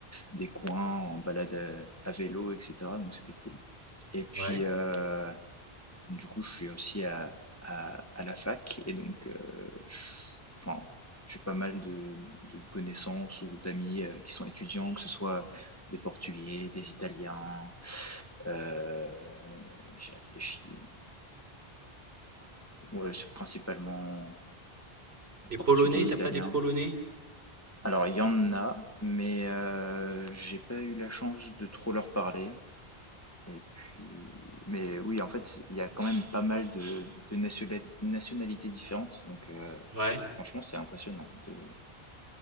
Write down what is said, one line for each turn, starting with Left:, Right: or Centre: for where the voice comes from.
Left: des coins en balade à, à vélo, etc. Donc, c'était cool. Et puis,
Right: Ouais.
Left: euh, du coup, je suis aussi à, à, à la fac et donc, euh, je- enfin, j'ai pas mal de, de connaissances ou d'amis euh, qui sont étudiants, que ce soit des Portugais, des Italiens. euh, j'ai réfléchi. Ouais, c'est principalement
Right: Des
Left: Portugais,
Right: polonais, t'as
Left: Italien.
Right: pas des polonais?
Left: Alors, il y en a, mais euh, j'ai pas eu la chance de trop leur parler. Et puis, mais oui, en fait, il y a quand même pas mal de, de nationa- nationalités différentes. Donc, euh,
Right: Ouais,
Left: franchement, c'est impressionnant de,